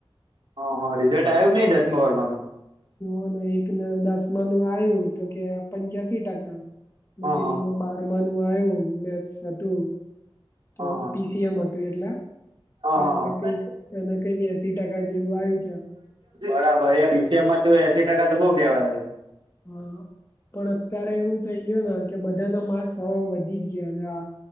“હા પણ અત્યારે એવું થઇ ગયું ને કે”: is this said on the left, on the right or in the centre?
Left